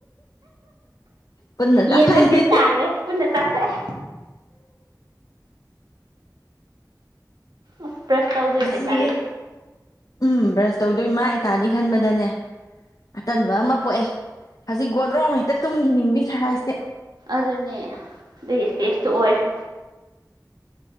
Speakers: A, on the left; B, on the right.
A: ꯄꯨꯟꯅ ꯆꯥꯊꯣꯛꯑꯦ
B: ꯌꯦꯟ ꯅꯨꯃꯤꯠ ꯇꯥꯔꯦ ꯄꯨꯟꯅ ꯆꯊꯣꯛ ꯑꯁ ꯕ꯭ꯔꯁ ꯇꯧꯗꯣꯏꯁꯦ
A: ꯑꯁꯤꯁ
B: ꯇꯜꯂꯦ
A: ꯎꯝ ꯇꯧꯗꯣꯏ ꯃꯥ ꯏꯇꯥꯥꯅꯤ ꯈꯟꯕꯗꯅꯦ ꯑꯇꯟꯕ ꯑꯃ ꯄꯣꯛꯑꯦ ꯍꯧꯖꯤꯛ ꯒꯣꯗ꯭ꯔꯣꯡ ꯍꯦꯛꯇ ꯇꯨꯝꯈꯤ ꯅꯤꯡꯕꯤ ꯁ ꯍꯥꯏꯁꯇꯦ
B: ꯑꯗꯨꯅꯦ ꯑꯗꯨꯏ ꯏꯁꯇꯦꯖꯇꯨ ꯑꯣꯏꯔꯦ